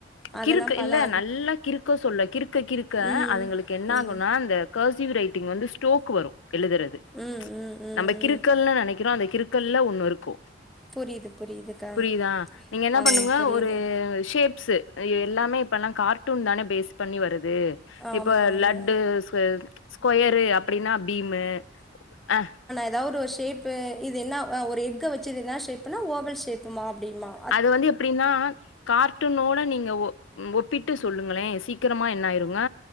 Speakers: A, in the centre; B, on the left.
A: அதெல்லாம்
B: கிறுக்கு
A: பண்ணா
B: இல்ல நல்லா கிருக்க சொல்ல கிருக்க கிருக்க
A: ம்
B: அதுங்களுக்கு என்
A: ம்
B: ஆகுனா அந்த கர்சிவ் ரைட்டிங் வந்து ஸ்டோக் வரு எழுதுறது
A: ம் ம் ம்
B: நம்ப
A: ம்
B: கிருக்கள்னு நெனைக்கிறோ அந்த கிறுக்கல்ல ஒண்ணுருக்கு
A: புரியுது புரியுதுக்கா
B: புரியிதா நீங்க என்ன
A: ஆ
B: பண்ணுங்க
A: புரியுது
B: ஒரு ஷேப்ஸு எ எல்லாமே இப்பல்லா கார்ட்டூன் தானே பேஸ் பண்ணி வருத் து
A: ஆமா
B: இப்ப
A: ஆமா
B: லட்டு ஸ்கொய்த் ஸ்கொயரு அப்டின்னா பீமு அ
A: ஏதாவ்ரோ ஷேப்பு இது என்னா அ ஒரு எஃகு வச்சி இதுதா ஷேப்புனா ஓவல் ஷேப்புமா அப்டிமா
B: அது வந்து எப்டின்னாஆ கார்ட்டூனோட நீங்க ஒ ம் ஒப்பிட்டு சொல்லுங்களே சீக் க்கிரமா என்னாய்ருங்க